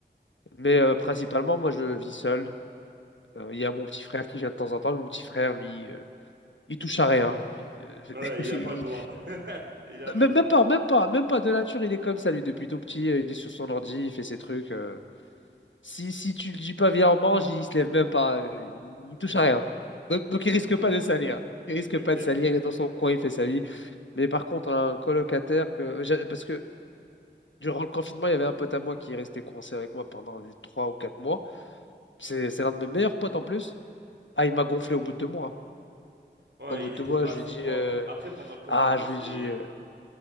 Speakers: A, on the left; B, on the right.
A: Mais euh, principalement, moi je vis seul. Euh, Il y a mon petit frère qui vient de temps en temps, mais mon petit frère, lui, euh, il touche à rien. Lui, euh,
B: Ouais,
A: <laughs>
B: il a
A: il-
B: pas le droit. <laughs> Il a pas
A: Même,
B: le droit.
A: même pas, même pas, même pas de nature, il est comme ça, lui, depuis tout petit, euh, il est sur son ordi, il fait ses trucs. euh, Si, si tu le dis pas viens on mange, il se lève même pas, euh, il touche à rien. Donc, donc il
B: Ouais,
A: risque
B: je vois.
A: pas de salir. Il risque
B: Ok.
A: pas de salir, il est dans son coin, il fait sa vie. Mais par contre, un colocataire, que j'a- parce que durant le confinement, il y avait un pote à moi qui est resté coincé avec moi pendant les trois ou quatre mois. C'est c'est l'un de mes meilleurs potes en plus. Ah, il m'a gonflé au bout de deux mois.
B: Ouais,
A: Au bout
B: il
A: de
B: était
A: deux mois,
B: pas
A: je
B: assez
A: lui dis,
B: propre.
A: euh,
B: Après, pendant le confinement,
A: ah, je
B: c'est
A: lui dis, euh,